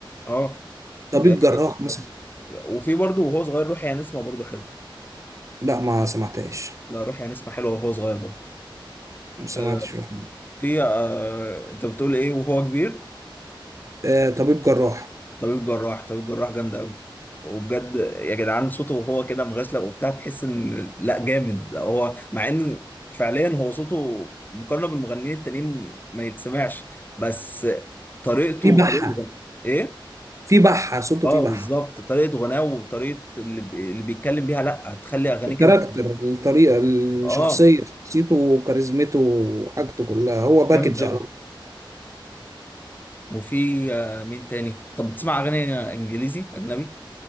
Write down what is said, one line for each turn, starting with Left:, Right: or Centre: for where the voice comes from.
Left: اه
Right: طبيب
Left: في
Right: جراح مثلا
Left: وفي برضه وهو صغير روحي يا نسمه برضه حلو
Right: لا ما سمعتهاش
Left: لا روحي يا نسمه حلوه وهو صغير برضه
Right: ما سمعتش
Left: آه
Right: روح هنا.
Left: في آه انت بتقول ايه وهو كبير
Right: آه طبيب جراح
Left: طبيب جراح طبيب جراح جامد قوي وبجد يا جدعان صوته وهو كده مغسله وبتاع تحس ان لا جامد هو مع ان فعليا هو صوته مقارنه بالمغنيين التانيين ما يتسمعش بس طريقته
Right: في
Left: وطريقه
Right: بحة
Left: غن- ايه
Right: في بحة صوته
Left: اه
Right: في بحة
Left: بالظبط طريقه غناه وطريقه اللي, بي- اللي بيتكلم بيها لا هتخلي اغانيك
Right: الكاركتر
Left: انت
Right: الطريقة الشخصية
Left: اه
Right: شخصيته وكاريزمته وحاجته كلها هو باكج
Left: جامد قوي
Right: على طول.
Left: وفي آه، مين تاني طب بتسمع اغاني انجليزي اجنبي